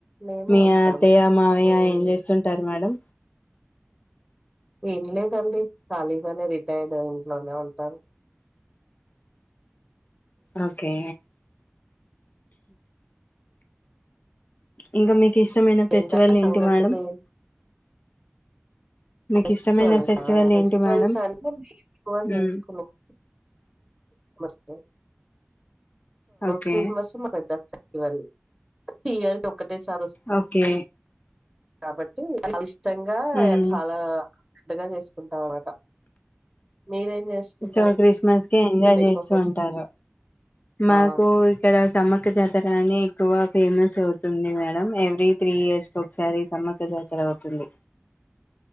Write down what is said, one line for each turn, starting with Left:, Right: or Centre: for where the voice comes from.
Centre: మేమే
Left: మీ
Centre: ఉంటాము
Left: అత్తయ్య మావయ్య
Centre: ఉమ్
Left: ఏం చేస్తుంటారు మేడం
Centre: ఏం లేదండి ఖాళీగానే రిటైర్డ్ ఇంట్లోనే ఉంటారు అ
Left: ఓకే ఇంకా మీకు ఇష్టమైన ఫెస్టివల్
Centre: ఏంటంటే సంగతులు
Left: ఏంటి మేడం మీకు
Centre: ఫెస్టివల్స్
Left: ఇష్టమైన ఫెస్టివల్
Centre: ఫెస్టివల్స్
Left: ఏంటి మేడం
Centre: అంటే ఎక్కువ చేసుకున్నాం
Left: మ్మ్
Centre: నస్తే
Left: ఓకే
Centre: క్రిస్మస్ మద్ద ఫేర్వెల్ ప్రతి ఇయర్ ఒకటేసారి వస్తుంది
Left: ఓకే
Centre: కాబట్టి చాలా ఇష్టంగా
Left: మ్మ్
Centre: చాలా పెద్దగా చేసుకుంటాం అన్మాట మీరేం చేసుకుంటారు
Left: సో క్రిస్మస్ ఎంజాయ్
Centre: ఎక్కువ
Left: చేస్తూ ఉంటారు మాకు
Centre: ఆ
Left: ఇక్కడ సమ్మక్క జాతర అని ఎక్కువ ఫేమస్ అవుతుంది మేడం ఎవ్రీ త్రీ ఇయర్స్ కి ఒకసారి సమ్మక్క జాతర అవుతుంది